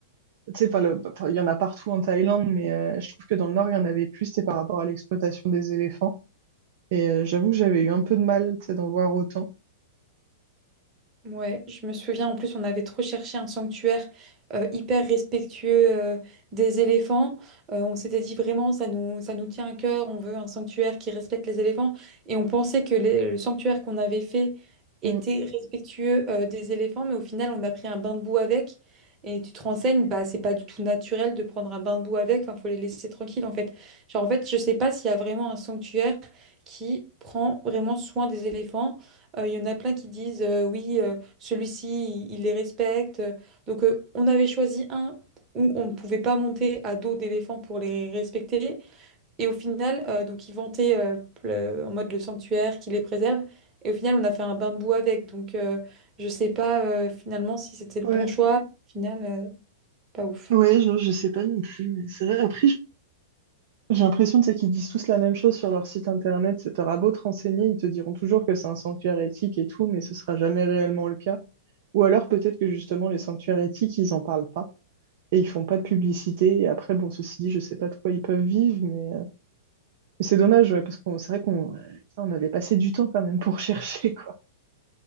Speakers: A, on the right; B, on the right.
A: tu sais, par le- enfin, il y en a partout en Thaïlande, mais euh, je trouve que dans le Nord, il y en avait plus, c'était par rapport à l'exploitation des éléphants. Et euh, j'avoue que j'avais eu un peu de mal, tu sais, d'en voir autant.
B: Ouais, je me souviens en plus on avait trop cherché un sanctuaire euh, hyper respectueux euh, des éléphants. Euh, on s'était dit vraiment ça nous, ça nous tient à cœur, on veut un sanctuaire qui respecte les éléphants. Et on pensait que les- le sanctuaire qu'on avait fait
A: Mm.
B: était respectueux euh, des éléphants, mais au final on a pris un bain de boue avec. Et tu te renseignes, bah c'est pas du tout naturel de prendre un bain de boue avec, enfin faut les laisser tranquilles en fait. Genre en fait je sais pas s'il y a vraiment un sanctuaire qui prend vraiment soin des éléphants. Euh, Il y en a plein qui disent euh, oui, euh, celui-ci, il, il les respecte. Donc, euh, on avait choisi un où on ne pouvait pas monter à dos d'éléphant pour les respecter. Et au final, euh, donc, ils vantaient euh, le- en mode le sanctuaire qui les préserve. Et au final, on a fait un bain de boue avec. Donc, euh, je sais pas euh, finalement si c'était le
A: Ouais,
B: bon choix. Au final, euh, pas ouf.
A: Ouais, je, je sais pas non plus, mais c'est vrai. Après, je- J'ai l'impression tu sais, qu'ils disent tous la même chose sur leur site internet. C'est, T'auras beau te renseigner, ils te diront toujours que c'est un sanctuaire éthique et tout, mais ce sera jamais réellement le cas. Ou alors peut-être que justement les sanctuaires éthiques, ils en parlent pas et ils font pas de publicité. Et après, bon, ceci dit, je sais pas de quoi ils peuvent vivre, mais, euh, mais c'est dommage, ouais, parce qu'on c'est vrai qu'on euh, putain, on avait passé du temps quand même pour <laughs> chercher, quoi.